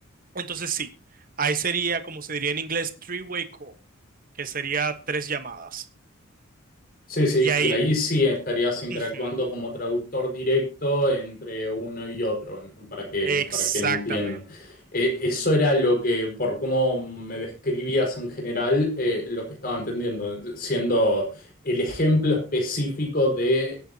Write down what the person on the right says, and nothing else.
Entonces sí, ahí sería, como se diría en inglés, three-way call, que sería tres llamadas.
Y ahí,
ujú,
exactamente.